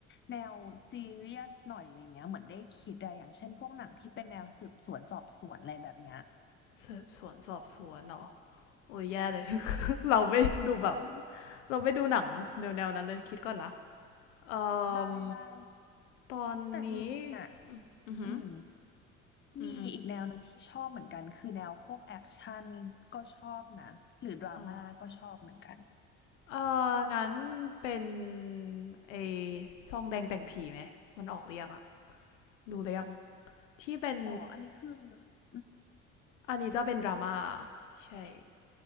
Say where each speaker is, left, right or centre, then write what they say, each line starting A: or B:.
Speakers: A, on the left; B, on the left.
A: แนวซีเรียสหน่อยอะไรเงี้ยเหมือนได้คิดอะอย่างเช่นพวกหนังที่เป็นแนวสืบสวนสอบสวนอะไรแบบเนี้ย
B: สืบสวนสอบสวนเนาะโอ้ยแย่เลย <laughs> เราไม่ดูแบบเราไม่ดูหนังแนวๆนั้นเลยคิดก่อนนะเอ่อ
A: ได้ได้
B: ตอนนี้
A: แต่จริงๆอ่ะ
B: อือหือ
A: อืม
B: อืมอืม
A: มีอีกแนวหนึ่งที่ชอบเหมือนกันคือแนวพวกแอคชั่นก็ชอบนะหรือดราม่าก็ชอบเหมือนกัน
B: อ๋อเอองั้นเป็นไอ้ซองแดงแต่งผีไหมมันออกเรียงอะดูเรียงที่เป็น
A: หรออันนี้คืออืม
B: อันนี้จะเป็นดราม่าใช่